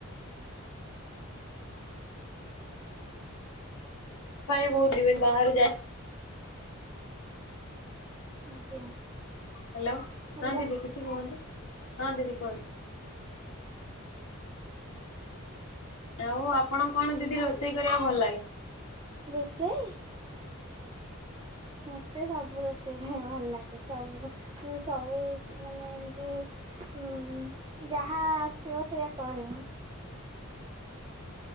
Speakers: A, on the left; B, on the right.
A: ପାଇଁ ବହୁତ ଯିବିନି ବାହାରୁ ଯା
B: ଆଜ୍ଞା।
A: ହ୍ୟାଲୋ
B: ହାଲୋ
A: ହଁ ଦିଦି କିଛି କୁହନ୍ତୁ ହଁ ଦିଦି କୁହନ୍ତୁ। ଆଉ ଆପଣଙ୍କୁ କଣ ଦିଦି ରୋଷେଇ କରିଆକୁ ଭଲ ଲାଗେ?
B: ରୋଷେଇ? ମତେ ସବୁ ରୋଷେଇ ଖାଇଆ ଭଲ ଲାଗେ ସବୁ। ମୁଁ ସବୁ ମାନେ ଏମତି କି ଉଁ ଯାହା ଆସିବ ସେଇୟା କରିନି।